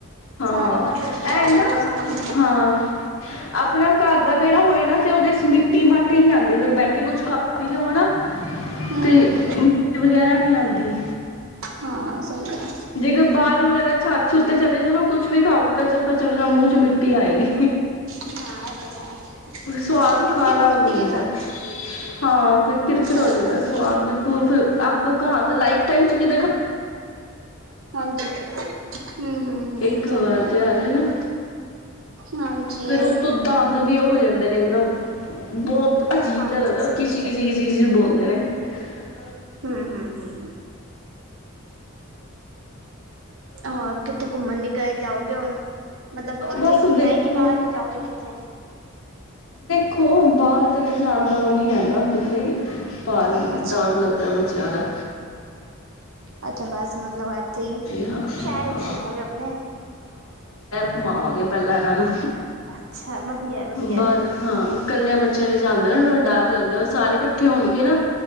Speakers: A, on the left; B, on the right.
A: ਹਾਂ
B: ਸਾਰੇ ਪਾਸੇ ਵਧੀਆ
A: ਇਹ
B: ਹੋ ਗਿਆ
A: ਨਾ
B: ਮੌਸਮ ਹੁਣ
A: ਹਾਂ ਆਪਣਾ ਘਰ ਦਾ ਵਿਹੜਾ ਹੋਏ ਨਾ ਤੇ ਉਹਦੇ ਚ ਮਿੱਟੀ ਮਾਟੀ ਨੀ ਆਦੀ ਅਗਰ ਬਹਿ ਕੇ ਕੁਛ ਖਾ ਪੀ ਲਿਓ ਨਾ।
B: ਹਮ
A: ਤੇ
B: ਹਮ
A: ਮਿਟੀ ਵਗੈਰਾ ਨੀ ਆਦ ਦੀ
B: ਹਾਂ ਸਹੀ ਹੈ
A: ਜੇ ਕੋਈ ਬਾਹਰ ਵਗੈਰਾ ਛੱਤ ਛੱ ਤੇ ਚਲੇ ਜਾਣਾ ਕੁੱਛ ਵੀ ਖਾਓਗੀ ਕਚਰ-ਕਚਰ ਜਾਂ ਮੂੰਹ ਚ ਮਿੱਟੀ ਆਏਗੀ।
B: ਮ ਤੇ ਹੈ ਉਹ
A: ਸਵਾਦ
B: ਫਿਰ ਮਿੱਟੀ
A: ਖਾਰਾ
B: ਉੱਡਦੀ
A: ਹੋ ਜਾਂਦਾ
B: ਹੈ ਨਾ,
A: ਹਾਂ ਫ ਕਿਰ ਕਿਰਾ ਹੋ
B: ਇਸ
A: ਜਾਂਦਾ
B: ਕਰਕੇ
A: ਸਵਾਦ ਬਿਲਕੁਲ ਫਿਰ ਅੱਗੋ ਗਾਦ ਲਾਈਫ ਟਾਈਮ ਚ ਕਿ
B: ਹਾਂਜੀ, ਹੂੰ-ਹੂੰ-ਹੂੰ,
A: ਇੱਕ
B: ਸਹੀ
A: ਵਾਰ
B: ਹੈ
A: ਚ ਆ ਜੇ ਨਾ
B: ਹਾਂਜੀ।
A: ਫਿਰ ਉਤੋਂ ਦੰਦ ਵੀ ਉਹ ਹੋ ਜਾਂਦੇ ਨੇ ਇੱਕਦਮ ਬਹੁਤ ਅਜੀਬ
B: ਹਾਂਜੀ
A: ਜਿਹਾ ਲੱਦਾ
B: ਸਹੀ
A: ਉਹ ਕਿਸੀ-ਕਿਸੀ-ਕਿਸੀ ਚੀ ਬੋਲਦੇ ਨੇ, <unintelligible>
B: ਹੂੰ-ਹੂੰ-ਹੂੰ, ਹੋਰ ਕਿੱਥੇ ਘੁੰਮਣ ਨੀ ਗਏ ਜਾਓਗੇ ਹੁਣ ਮਤਲਬ ਉੱਥੇ
A: ਬਸ
B: ਹੀ ਘੁੰਮਣਾ
A: ਦੇਖੋ
B: ਹੈ ਕਿ ਬਾਹਰ ਵੀ ਜਾਓਗੇ ਕਿੱਤੇ
A: ਖੋ ਬਾਹਰ ਤੇ ਨਹੀਂ ਜਾਣ ਦਾ ਉਹ ਨੀ ਹੈਗਾ ਕਿਧਰੇ ਭਾਰ
B: ਅੱਛਾ
A: ਡਰ ਲਗਦਾ ਬੱਚਾ ਜਾਿਆਦਾ,
B: ਅੱਛਾ ਬਸ ਮਤਲਬ ਇੱਥੇ ਹੀ
A: ਹਾਂ
B: ਸ਼ਹਿਰ
A: ਹਾਂ
B: ਚ ਘੁੰਮੋਗੇ ਆਪਣੇ
A: ਕਮਾਵਾਂਗੇ ਪਹਿਲਾਂ ਇਹਨਾਂ ਨੂੰ
B: ਅੱਛਾ ਵਧੀਆ, ਵਧੀਆ
A: ਬਾਰ ਹਾਂ ਕੱਲਿਆਂ ਬੱਚਿਆਂ ਲਈ ਜਾਂਣਦੇ ਨਾਥੜਾ ਡਰ ਲੱਗਦਾ। ਸਾਰੇ ਇਕੱਠੇ ਹੋਣਗੇ ਨਾ,